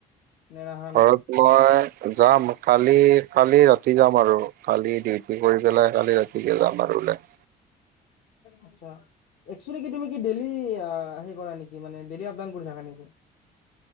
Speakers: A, on the left; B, on the right.
A: নে নাহা
B: ঘৰত
A: নেকি
B: মই যাম কালি কালি ৰাতি যাম আৰু কালি ডিউটি কৰি পেলাই কালি ৰাতিকে যাম আৰু ওলাই।
A: আচ্ছা। একচুলি কি তুমি কি ডেইলি হ কৰা নেকি মান ডেইলি আপ ডাউন কৰি থাকা নেকি? <inaudible>